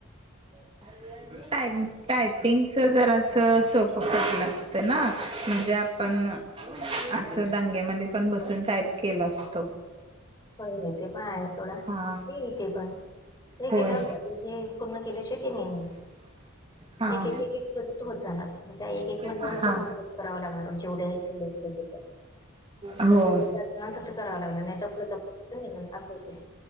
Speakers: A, on the right; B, on the left.
A: <unintelligible> टायम, टायपिंगच जरास सोपं पडल असत ना म्हणजे आपण अस दंग्यामध्ये पण बसून टाईप केलो असतो.
B: होय होय ते पण आहे सोडा
A: हा,
B: येईल ते पण. हे केल्यावर
A: होय.
B: हे पूर्ण केल्याशिवाय ते नाही <unintelligible>
A: हा
B: एक एक एक प्रोजेक्ट होत जाणार, म त्या एक एक म्हणल्या
A: हा
B: आपल्याला सगळच कराव लागणार जेवढे आहेत तेवढे प्रोजेक्ट.
A: होय
B: जस देतात ना तसं करावं लागणार नाही तर पुढचा प्रोजेक्ट मीनल अस होतय,